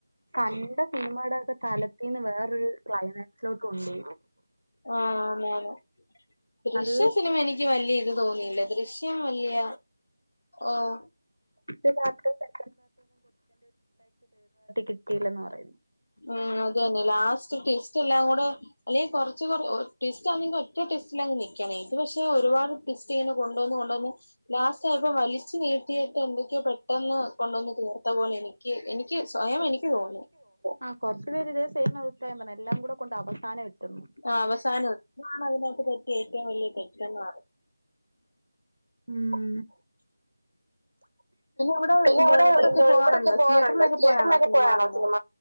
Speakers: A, on the right; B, on the left.
A: കണ്ട സിനിമയുടെക്കെ തലത്തിന്ന് വേറൊരു ക്ലൈമാക്സിലോട്ട് ഉണ്ട്
B: ആഹ് മേലെ ദൃശ്യം
A: നല്ല
B: പിന്നെ മെനിക്ക് വല്യ ഇത് തോന്നിയില്ല. ദൃശ്യം വല്യ ഓഹ്
A: <unintelligible> കിട്ടിയില്ലന്ന് പറയുന്നു.
B: ഉം അതന്നെ ലാസ്റ്റ് ട്വിസ്റ്റ് എല്ലാം കൂടെ എല്ലേൽ കൊർച്ച് കൊറ്യോ ട്വിസ്റ്റ് ആണെങ്കി ഒറ്റ ട്വിസ്റ്റിലങ്ങ് നിക്കണേ ഇത് പക്ഷെ ഒരുപാട് പിസ്റ്റല് കൊണ്ടോന്ന് കൊണ്ടോന്ന് ലാസ്റ്റ് ആയപ്പോ വലിച്ചു നീട്ടിയിട്ട് എന്തൊക്കെയോ പെട്ടെന്ന് കൊണ്ടൊന്ന് തീർത്ത പോലെനി. എനിക്ക് സ്വയം എനിക്ക് തോന്നുന്നു.
A: ആഹ് കൊർച്ച് പേര് ഇതേ സൈം ഔട്ട ഞ പർഞ്ഞേ എല്ലാം കൂടെ കൊണ്ട് അവസാന ട്ടന്ന്.
B: ആഹ് അവസാനം <unintelligible> പറ്റ്യേ ഏറ്റവും വലിയ തെറ്റെന്ന
A: ഉം
B: അവിടെ
A: പിന്നെ
B: എന്തോ
A: ഇവട
B: ഇവിടൊക്കെ
A: ന്താ ഇവടൊക്കെ പോവാറുണ്ടോ
B: തിയേറ്ററിലൊക്കെ
A: തിയേറ്റർലക്കെ
B: സിനിമ
A: പോയാണോ
B: കാണുന്നത്
A: സിനിമ?